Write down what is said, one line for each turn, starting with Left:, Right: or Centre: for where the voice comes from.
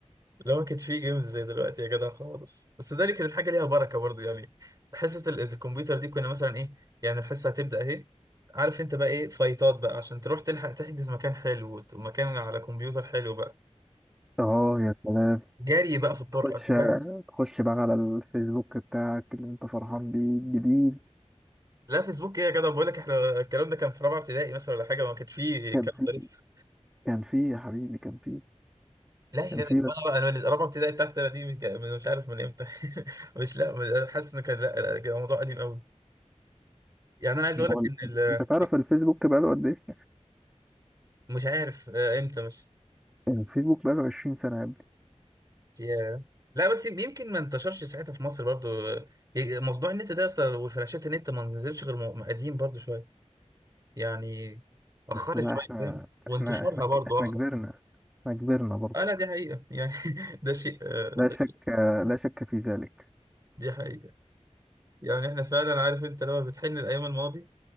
Right: لو ما كانش فيه جيمز زي دلوقتي يا جدع خالص بس ده اللي كانت الحاجه ليها بركه برضو يعني حصه ال- الكمبيوتر دي كنا مثلا ايه يعني الحصه هتبدا اهي عارف انت بقى ايه فايتات بقى عشان تروح تلحق تحجز مكان حلو وت- ومكان على كمبيوتر حلو بقى
Centre: اه يا سلام
Right: فجري بقى في الطرقه
Centre: تخش
Right: انت فاهم
Centre: تخش بقى على الفيسبوك بتاعك اللي انت فرحان بيه الجديد
Right: لا فيسبوك ايه يا جدع بقول لك احنا الكلام ده كان في رابعه ابتدائي مثلا ولا حاجه ما كانش فيه
Centre: كان
Right: الكلام
Centre: في
Right: ده لسه
Centre: كان في يا حبيبي كان في
Right: لا يا
Centre: كان في
Right: جدع طب انا بقى انا من رابعه ابتدائي بتاعتي انا دي من- من- مش عارف من امتى <laughs> مش لا حاسس ان كان لا لا، الموضوع قديم قوي يعني انا عايز اقول لك
Centre: هو ال-
Right: ان ال-
Centre: انت تعرف الفيسبوك بقاله قد ايه؟
Right: مش عارف آه، امتى بس
Centre: يعني الفيسبوك بقاله 20 سنة يا ابني
Right: ياه لا بس يمكن ما انتشرش ساعتها في مصر برضو آه، موضوع النت ده اصلا والفلاشات النت ما نزلش غير م- قديم برضو شويه يعني اخرت
Centre: بس لا
Right: شويه
Centre: احنا
Right: فاهم وانتشارها
Centre: احنا احنا
Right: برضو
Centre: احنا
Right: اخر
Centre: كبرنا احنا كبرنا برضه
Right: اه لا دي حقيقه يعني <laughs> ده شيء آه،
Centre: لا
Right: ده
Centre: شك
Right: شيء
Centre: لا شك في ذلك
Right: دي حقيقه يعني احنا فعلا عارف انت لما بتحن الايام الماضي